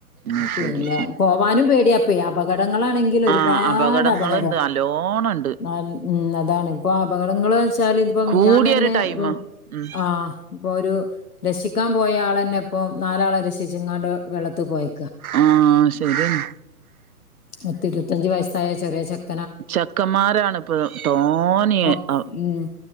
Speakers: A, on the right; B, on the left.
A: അത്
B: പിന്നെ
A: ശരി
B: പോവാനും പേടിയപ്പേ അപകടങ്ങളാണെങ്കി ഇതിലൊരുപാടപകടാ
A: ആഹ് അപകടങ്ങളുണ്ട് നല്ലോണം ഉണ്ട്
B: നല്ല ഉം അതാണ് ഇപ്പൊ അപകടങ്ങളേച്ചാൽ ഇതിപ്പോ മിനിഞാന്നെന്നേ
A: കൂടിയൊരു ടൈമാ
B: ഊം
A: ഉം
B: ആഹ് ഇപ്പൊ ഒരു രഷിക്കാൻ പോയാളന്നെ ഇപ്പൊ നാലാളെ രക്ഷിച്ചിങ്ങാണ്ട് വെള്ളത്ത് പോയി
A: ആഹ് ശെരിയാണ്
B: പത്തിരുപത്തഞ്ച് വയസ്സായ ചെറിയ ചെക്ക്
A: ചെക്കന്മാരാണ്പ്പൊ തോനിയേ
B: ഓ
A: അ
B: ഉം